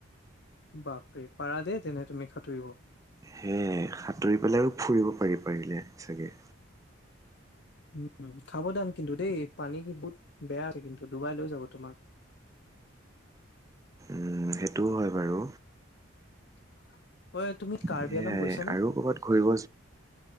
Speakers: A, on the left; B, on the right.
A: বাপৰে পাৰা দে তেনেহ তুমি সাতুৰিব
B: সেয় সাঁতুৰি পেলাই আৰু ফুৰিব পাৰি পাৰিলে চাগে
A: উম খাব দান কিন্তু দেই পানী বহুত বেয়া আছে কিন্তু ডুবাই লৈ যাব তোমাক
B: উম সেইটোও হয় বাৰু
A: <unintelligible> ঐ তুমি কাৰ্বি
B: সেয়াই
A: আলং গৈছানে
B: আৰু ক'ৰবাত ঘূৰিব